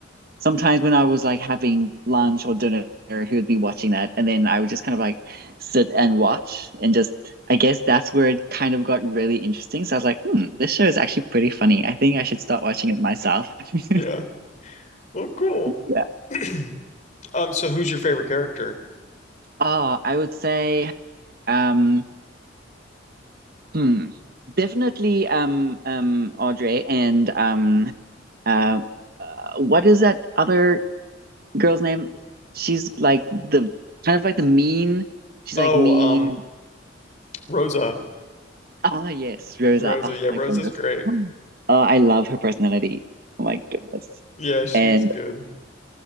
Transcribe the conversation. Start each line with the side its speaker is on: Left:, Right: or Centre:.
Right: sometimes when I was like having lunch or dinner, he would be watching that, and then I would just kind of like sit and watch, and just I guess that's where it kind of got really interesting. So I was like, hmm, this show is actually pretty funny. I think I should start watching it myself. <laughs>
Left: Yeah. Well, cool.
Right: Yeah.
Left: <clears throat> Um, so who's your favorite character?
Right: Oh, I would say, um, hmm, definitely, um, um, Audrey and um, uh, uh, what is that other girl's name? She's like the kind of like the mean. She's
Left: Oh,
Right: like mean,
Left: um, Rosa.
Right: Ah, yes, Rosa.
Left: Rosa.
Right: Oh
Left: Yeah,
Right: my
Left: Rosa's
Right: goodness.
Left: great.
Right: <gasps> Oh, I love her personality. Oh my goodness.
Left: Yeah, she's
Right: And
Left: good.